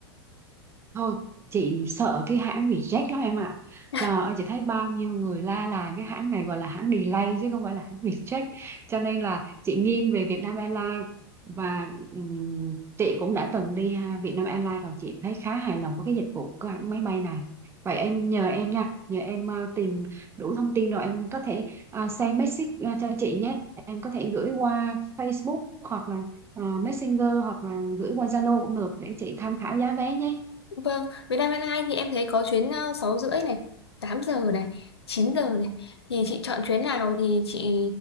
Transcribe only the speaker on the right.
Thôi chị sợ cái hãng reject lắm em ạ
Trời ơi chị thấy bao nhiêu người la là cái hãng này gọi là hãng delay chứ không phải là hãng reject Cho nên là chị nghiêng về Vietnam Airlines Và ừm, chị cũng đã từng đi ha, Vietnam Airlines rồi chị thấy khá hài lòng với cái dịch vụ của hãng máy bay này Vậy em nhờ em nha, nhờ em ờ, tìm đủ thông tin rồi em có thể ờ, send message ờ, cho chị nhé Em có thể gửi qua Facebook hoặc là ờ, Messenger hoặc là gửi qua Zalo cũng được để chị tham khảo giá vé nhé